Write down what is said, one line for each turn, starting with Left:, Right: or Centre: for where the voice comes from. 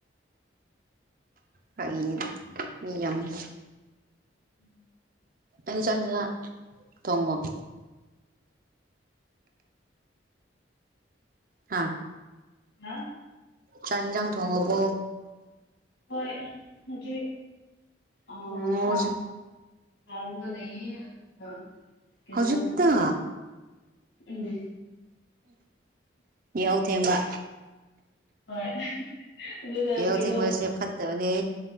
Right: ꯐꯒꯤꯅ ꯃꯤ ꯌꯥꯝꯃꯤ
Left: ꯎꯝ
Right: ꯑ ꯆ ꯇꯣꯡꯕꯝ ꯍꯥꯥ
Left: ꯍꯥ
Right: ꯆꯥꯡꯖꯥꯡ ꯊꯣꯡꯉꯕꯣ
Left: ꯍꯣꯏ ꯍꯧꯖꯤ ꯑ
Right: ꯍꯧꯖꯤꯛ
Left: ꯆꯥ ꯍꯥꯎꯉ ꯂꯩꯌꯦ ꯑꯗꯨꯒ ꯀꯩꯅꯣ
Right: ꯍꯧꯖꯤꯛꯇꯛꯇ
Left: ꯎꯝ
Right: ꯌꯥꯍꯧ ꯊꯦꯡꯕ
Left: ꯍꯣꯏ ꯑꯗꯨꯒ
Right: ꯑꯦꯧ
Left: ꯀꯩꯅꯣ
Right: ꯊ ꯃꯁꯦ ꯐꯠꯇꯅꯤ